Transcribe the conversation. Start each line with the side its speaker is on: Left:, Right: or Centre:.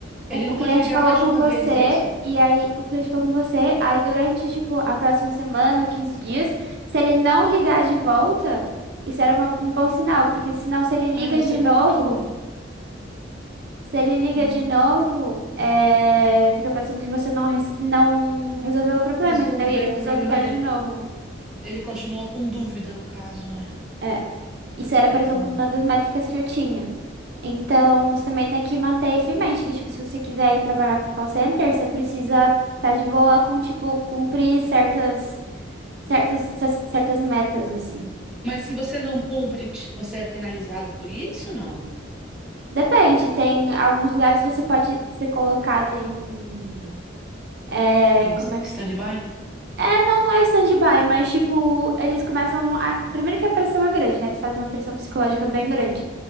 Right: o
Centre: ele
Right: o
Centre: não
Right: cliente
Centre: pode ligar
Right: falou
Centre: mais
Right: com
Centre: de uma
Right: você,
Centre: vez, é isso?
Right: e aí o cliente falou com você, aí durante, tipo, a próxima semana ou 15 dias, se ele não ligar de volta, isso era uma- um bom sinal, porque senão se ele liga
Centre: Ah, você
Right: de
Centre: pontua.
Right: novo, se ele liga
Centre: Hum.
Right: de novo, é, fica parecendo que você não, res- não resolveu o problema,
Centre: Resolveu
Right: entendeu? E ele precisou
Centre: o problema
Right: ligar
Centre: dele.
Right: de novo.
Centre: Ele continuou com dúvida, no caso, não é?
Right: É. Isso era, por exemplo,
Centre: Hum.
Right: uma das métricas que eu tinha. Então, você também tem que manter isso em mente, que, tipo, se você quiser ir trabalhar com call center, você precisa estar de boa com, tipo, cumprir certas, certas, cer- certas metas, assim.
Centre: Mas se você não cumpre, ti- você é penalizado por isso, não?
Right: Depende, tem alguns lugares você pode ser colocado em, é,
Centre: Em
Right: como
Centre: Stand-by?
Right: é que se... É, não, não é stand-by, mas, tipo, eles começam a... Primeiro que a pressão é grande, né? Eles fazem uma pressão psicológica bem grande.